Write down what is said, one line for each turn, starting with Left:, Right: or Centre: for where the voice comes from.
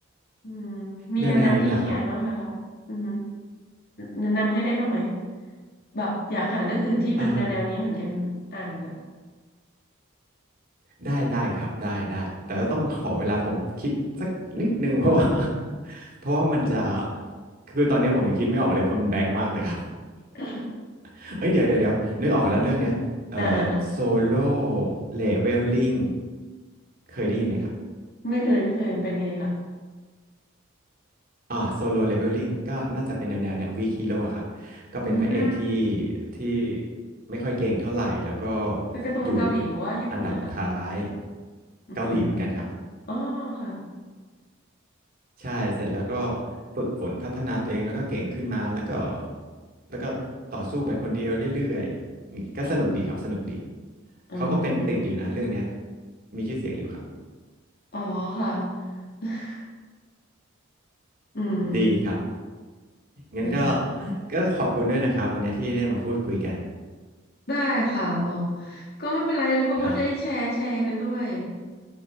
Left: อืมมีแนวแนวนี้ที่อ่านบ้างไหมคะอือฮึ
Right: แนวแนวนี้แหละครับ
Left: แนะนำให้ได้บ้างไหมแบบอยากหาเรื่องอื่นที่มันแนวแนวนี้เหมือนกันอ่านอะ
Right: เอ่อ ได้ได้ครับได้ได้แต่ก็ต้องขอเวลาผมคิดสักนิดนึง <laughs> เพราะว่า <laughs> เพราะว่ามันจะคือตอนนี้ผมยังคิดไม่ออกเลยเพราะมันแบงค์มากเลยครับ
Left: อ่า
Right: <laughs> เอ้ยเดี๋ยวเดี๋ยวเดี๋ยวนึกออกแล้วเรื่องเนี้ยเอ่อ
Left: อ่าอ่า
Right: โซโล่เลเวลลิ่งเคยได้ยินไหมครับ
Left: ไม่เคยไม่เคยมันเป็นไงคะ
Right: อ่าโซโลเลเวลลิ่งก็น่าจะเป็นแนวแนวเนี้ยวีคิีโร่ครับก็เป็นพระเอกที่
Left: อืม
Right: ที่ไม่ค่อยเก่งเท่าไหร่แล้วก็
Left: เป็นการ์ตูนเกาหลีหรือว่าญี่ปุ่นนะคะ
Right: อยู่อันดับท้าย
Left: อืมอืม
Right: เกาหลีเหมือนกันครับ
Left: อ๋อค่ะ
Right: ใช่เสร็จแล้วก็ฝึกฝนพัฒนาตัวเองแล้วก็เก่งขึ้นมาแล้วก็แล้วก็ต่อสู้ไปคนเดียวเรื่อยๆอืมก็สนุกดีครับสนุกดี
Left: อ๋อ
Right: เขาก็เป็นติดอยู่นะเรื่องเนี้ยมีชื่อเสียงอยู่ครับ
Left: อ๋อค่ะ <laughs> อืม
Right: ดีครับงั้นก็
Left: ได้
Right: ก็ขอบคุณด้วยนะครับวันนี้ที่ได้มาพูดคุยกัน
Left: ได้ค่ะอ๋อก็ไม่เป็นไรเลยเพราะว่าได้แชร์แชร์กันด้วย
Right: ครับ